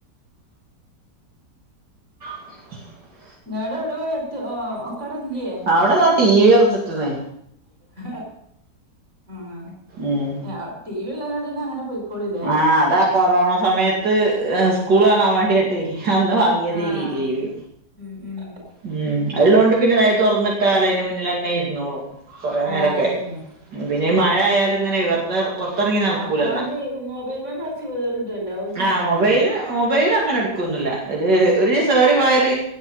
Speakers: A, on the right; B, on the right.
A: <inaudible>
B: ഞട എവിടെ പോയി എ ഒകടല്ലേ
A: അവിടെതാ ടി വി തുറന്നിട്ടണ്.
B: ഹ ഉ
A: ഉം
B: ടി വി ഇള്ളതോണ്ട് ന്നഅങ്ങനെ പോയിക്കോളില്ലേ.
A: ആഹ് അതാ കൊറോണ സമയത്ത് സ്കൂൾ കാണാ വേണ്ടിട്ടെ അന്ന് വാങ്ങിയത്ഈ
B: ആഹ്
A: ടീവി.
B: ഉം ഉം
A: ഉം ഉള്ളൊണ്ട് പിന്നെ അത് തുറന്നിട്ടാല് അതിന് മുന്നിലങ്ങേ ഇരുന്നോളൂ. കൊറെ നേരൊക്കെ
B: ആഹ് അതന്നെ
A: പിന്നെ മഴ ആയാലും ഇങ്ങനെഇവർട റങ്ങി നടക്കൂല
B: അതുകൊണ്ട്
A: എന്ന
B: മൊബൈൽമന്ന് കുറച്ച് വേറിടുവല്ലോ അത് സമാധാനാ
A: ആ മൊബൈല് മൊബൈല് അങ്ങനെ എടുക്കുവൊന്നുമില്ല ഇത് ഒരു സോറി പോയര്